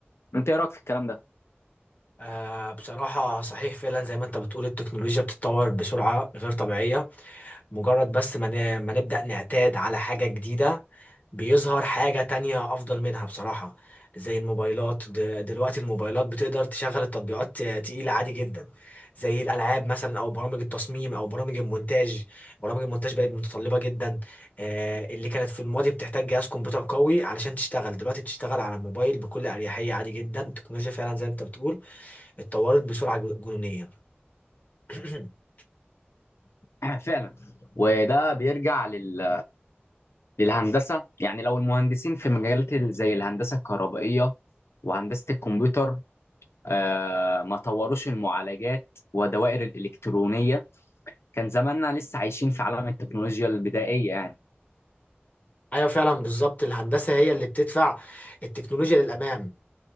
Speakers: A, on the left; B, on the left.
A: انت ايه رأيك في الكلام ده؟
B: آه بصراحة صحيح فعلا زي ما انت بتقول التكنولوجيا بتتطور بسرعة غير طبيعية مجرد بس ما ن- ما نبدأ نعتاد على حاجة جديدة بيظهر حاجة تانية أفضل منها بصراحة زي الموبايلات د- دلوقتي الموبايلات بتقدر تشغل التطبيقات تقيلة عادي جدا زي الألعاب مثلا أو برامج التصميم أو برامج المونتاج برامج المونتاج بقت متطلبة جدا آه اللي كانت في الماضي بتحتاج جهاز كمبيوتر قوي علشان تشتغل دلوقتي بتشتغل على الموبايل بكل أريحية عادي جدا التكنولوجيا فعلا زي ما انت بتقول اتطورت بسرعة جو- جنونية <clears throat>
A: <clears throat> فعلا وده بيرجع لل... للهندسة، يعني لو المهندسين في مجالات ال- زي الهندسة الكهربائية وهندسة الكمبيوتر آه، ما طوروش المعالجات والدوائر الإلكترونية كان زماننا لسه عايشين في عالم التكنولوجيا البدائية يعني
B: ايوه فعلا بالظبط الهندسه هي اللي بتدفع التكنولوجيا للامام